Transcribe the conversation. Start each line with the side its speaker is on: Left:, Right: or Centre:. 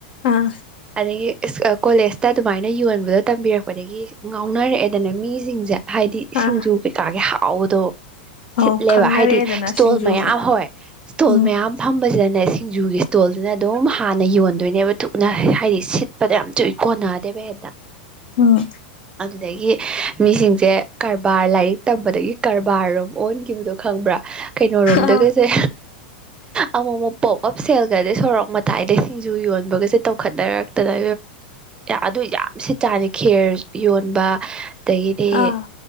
Left: ꯑꯥ
Right: ꯑꯗꯒꯤ ꯀꯣꯂꯦꯖꯇ ꯑꯗꯨꯃꯥꯏꯅ ꯌꯣꯟꯕꯗꯣ ꯇꯝꯕꯤꯔꯛꯄꯗꯒꯤ ꯉꯥꯎꯅꯔꯛꯑꯦꯗꯅ ꯃꯤꯁꯤꯡꯁꯦ ꯍꯥꯏꯗꯤ ꯏꯁꯤꯡꯖꯨ
Left: ꯑꯥ
Right: ꯀꯩꯀꯥꯒꯤ ꯍꯥꯎꯕꯗꯣ ꯁꯤꯠꯂꯦꯕ
Left: ꯑꯧ ꯈꯪꯅꯔꯛꯑꯦꯗꯅ
Right: ꯍꯥꯏꯗꯤ ꯏꯁꯇꯣꯜ
Left: ꯁꯤꯡꯖꯨꯒꯤ
Right: ꯃꯌꯥꯝ ꯍ ꯏꯁꯇꯣꯜ
Left: ꯎꯝ
Right: ꯃꯌꯥꯝ ꯐꯝꯕꯁꯤꯗꯅꯦ ꯁꯤꯡꯖꯨꯒꯤ ꯏꯁ꯭ꯇꯣꯜꯁꯤꯅ ꯑꯗꯨꯝ ꯍꯥꯟꯅ ꯌꯣꯟꯕ ꯑꯗꯨꯏꯗꯨꯅ ꯊꯨꯅ ꯍꯥꯏꯗꯤ ꯁꯤꯠꯄꯗ ꯌꯥꯝ ꯇꯨꯏꯅ ꯀꯣꯟꯅꯗꯦꯕ ꯍꯦꯛꯇ
Left: ꯑꯨꯝ
Right: ꯑꯗꯨꯗꯒꯤ ꯃꯤꯁꯤꯡꯁꯦ ꯀꯔꯕꯥꯔ ꯂꯥꯏꯔꯤꯛ ꯇꯝꯕꯗꯒꯤ ꯀꯔꯕꯥꯔꯔꯣꯝ ꯑꯣꯟꯈꯤꯕꯗꯣ ꯈꯪꯕ꯭ꯔꯥ ꯀꯩꯅꯣ ꯔꯣꯝꯗꯒꯁꯦ
Left: ꯑꯥ
Right: ꯑꯃꯨꯛ ꯑꯃꯨꯛ ꯄꯣꯞ ꯑꯞ ꯁꯦꯜꯒꯗꯤ ꯁꯣꯔꯣꯛ ꯃꯇꯥꯏꯗꯁꯤꯡ ꯁꯤꯡꯖꯨ ꯌꯣꯟꯕꯒꯁꯦ ꯇꯧꯈꯠꯅꯔꯛꯇꯅ ꯑꯗꯨ ꯌꯥꯝ ꯁꯤꯠꯖꯠꯅꯤ ꯈꯦꯔ ꯌꯣꯟꯕ ꯑꯗꯒꯤꯗꯤ
Left: ꯑꯥ